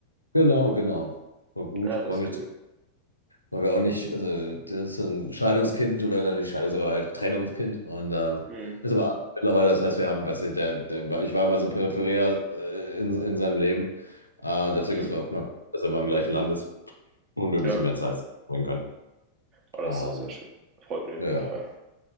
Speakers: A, on the left; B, on the right.
A: Genau, genau. Voll gut,
B: Ja,
A: freue
B: das ist
A: mich.
B: cool.
A: weil wir auch nicht, also das ist so ein Scheidungskind oder nein, nicht Scheidungs, aber halt Trennungskind und ähm,
B: Mhm.
A: ist aber ab- mittlerweile, das heißt, wir haben, weißt du, der, der, ich war immer so peripherär äh, in, in seinem Leben, äh, deswegen
B: Mhm.
A: ist es auch mal gut, dass er mal im gleichen Land ist und wir ein
B: Ja,
A: bisschen mehr Zeit bringen können.
B: aber
A: Ähm,
B: das ist auch sehr schön. Freut mich auf
A: ja,
B: jeden Fall.